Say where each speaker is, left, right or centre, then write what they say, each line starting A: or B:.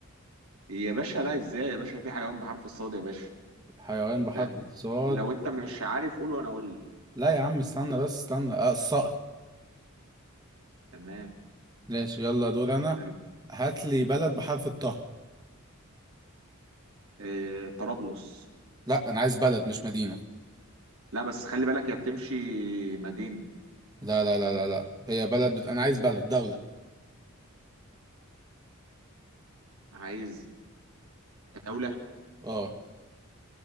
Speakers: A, on the right; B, on the right.
A: يا باشا لا ازاي يا باشا في حيوان بحرف الصاد يا باشا
B: حيوان بحرف
A: لا،
B: الصاد
A: لو انت مش عارف قول وانا اقول لك.
B: لا يا عم استنى بس استنى اه الصقر
A: تمام
B: ماشي يلا دور انا
A: حلو
B: هات لي بلد بحرف الطه
A: آه، طرابلس
B: لا انا عايز بلد مش مدينة
A: لا بس خلي بالك يا بتمشي مدينة
B: لا لا لا لا لا هي بلد بت... انا عايز بلد دولة
A: عايز دولة
B: اه